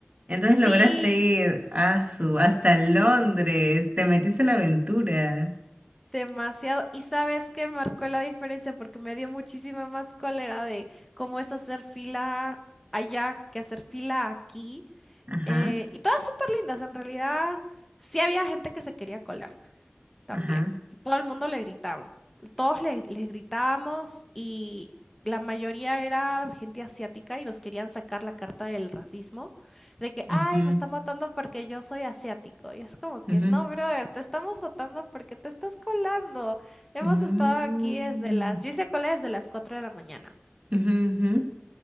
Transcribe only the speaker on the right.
Entonces
lograste ir a su, hasta Londres, te metiste a la aventura.
Ajá,
ajá.
ujú,
ujú,
mm,
ujú, ujú.